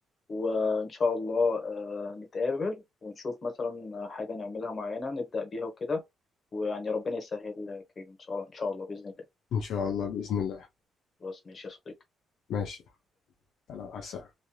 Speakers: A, on the left; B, on the left.
A: وإن شاء الله آه، نتقابل ونشوف مثلا حاجة نعملها معينة نبدأ بيها وكده ويعني ربنا يسهل يا كريم إن شاء إن شاء الله بإذن الله
B: إن شاء الله بإذن الله
A: خلاص ماشي يا صديقي
B: ماشي على السلامة